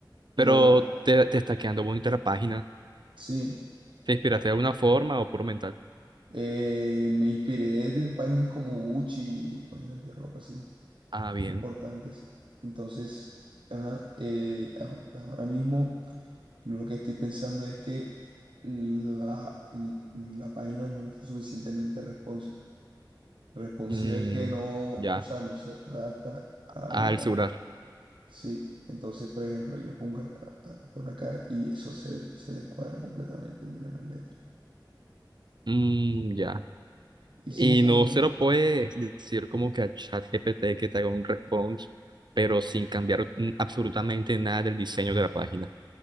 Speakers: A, on the right; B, on the right.
A: Pero
B: Pero bueno,
A: te, te está quedando bonita la página.
B: sí.
A: ¿Te inspiraste de alguna forma o puro mental?
B: Eh, me inspiré de páginas como Gucci, páginas de ropa así,
A: Ah, bien.
B: importantes. Entonces, ajá, eh, a- ahora mismo lo que estoy pensando es que la, la página no es suficientemente responsive. Responsive
A: Mm,
B: es que no,
A: ya.
B: o sea, no se adapta a
A: Al
B: lo...
A: celular.
B: Sí, entonces, por ejemplo, yo pongo acá- por acá y eso se, se descuadra completamente, mira las letras.
A: Mm, ya.
B: Y
A: Y
B: se me ocurrió.
A: no se lo puedes decir como que a ChatGPT que te haga un response, pero sin cambiar n- absolutamente nada del diseño de la página.